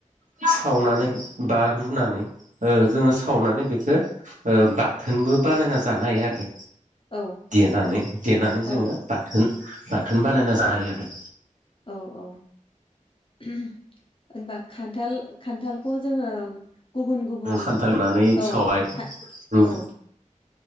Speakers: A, on the right; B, on the left.
A: सावनानैनानै बा रुनानै ओ जोङो सावनानै बेखौो बाथोनबो बानायना जानो हायो आरो।
B: औ।
A: देनानै देनानै जोङो
B: औ
A: बाथोन बाथोन बानायना जानो हायो आरो।
B: औ औ। होनबा खान्थाल खान्थालखौ जोङो गुबुन गुबुन
A: खान्थालनानै
B: औ
A: सावबाय
B: खान
A: रुबाय
B: औ।